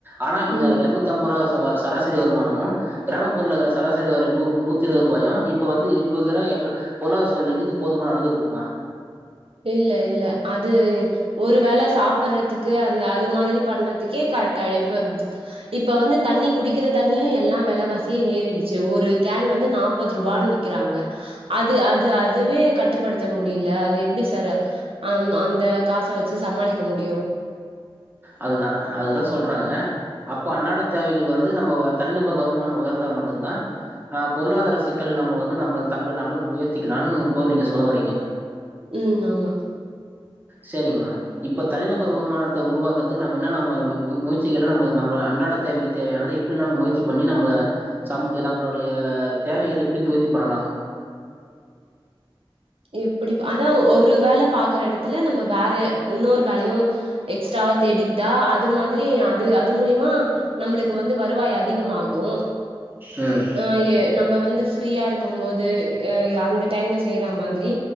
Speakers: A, on the right; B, on the right.
A: ஆனா இந்த
B: ம்
A: எரநூத்தி அம்பரூபா வர சராசரி வருமானமு கிராமப்புறக்கல்ல சராசரி சரி வர நூறு நூத்தி இருவது ரூபாயு இப்ப வந்து இப்போக்கிற எக் பொருளாதார சூல்நெலைக்கு இது போதுமான அளவு இருக்குமா
B: இல்ல இல்ல அது ஒரு வேள சாப் சப்பறதுக்கு அந்த அது மாரி பண்றதுக்கே கரெக்ட்டாயிடு இப்ப இப்ப வந்து தண்ணி குடிக்கிற தண்ணியு எல்லா வெலவாசியு ஏறிடுச்சு ஒரு கேன் வந்து நாப் பது ரூபானு விக்கிறாங்க அது அது அதுவே கட்டுப்படுத்த முடியல அது எப்டி தற ஆம் அந்த காச வச்சு சமாளிக்க முடியு
A: அதுதா அதுதா சொல்றாங்க அப்போ அன்னாட தேவைகள் வந்து நம்ம தனிநபர் வருமானோ உயர்ந்தா மட்டுந்தா அ பொருளாதார சிக்கல் நம்ம வந்து நம்மள தம்புல நம்மள உயர்த்திக்கலான்னு இப்போ நீங்க சொல்ல வறீங்க
B: ம் ஆமா
A: சேரிங்கமா இப்ப தனிநபர் வருமானத்த உருவாக் க்குவதற்கு நம்ப என்னான்னா மாரி மு மு முயற்சிகள் நம்ப நம்ப அன்றாட தேவைக்கு தேவையானது எப்டி நாம்ம முயற்சி பண்ணி நம்ப சம் நம்பளுோடைய தேவைகள்ள எப்டி பூர்த்தி பண்ணலா
B: எப்டி பா அதா ஒரு வேல பாக்குற எடத்துல நம்ம வேற இன்னொரு வேலயு எக்ஸ்ட்ராவா தேடிகிட்டா அது மாதிரி அது அது மூலியமா நம்மளுக்கு வந்து வருவாய் அதிகமாகு
A: ம்
B: ஆ எ நம்ம வந்து ஃப்ரீயா இருக்கும் போது ஏ அந்த டைம்ல செய்யற மாதிரி